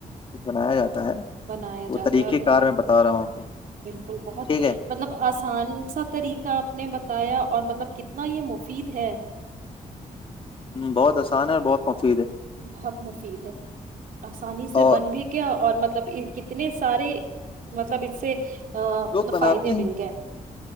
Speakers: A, on the left; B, on the right.
A: بنایا جاتا ہے
B: بنایا
A: وہ
B: جاتا
A: طریقہ
B: ہے اور کا
A: کار میں بتا رہا <inaudible>
B: بالکل بہت
A: ٹھیک ہے
B: مطلب آسان سا طریقہ آپ نے بتایا اور مطلب کتنا یہ مفید ہے
A: بہت آسان ہے بہت مفید ہے
B: بہت مفید ہے آسانی سے
A: اور
B: بن بھی گیا اور مطلب کتنے اتنے سارے مطلب اس سے
A: لوگ بناتے
B: فائد
A: ہیں
B: مل گئے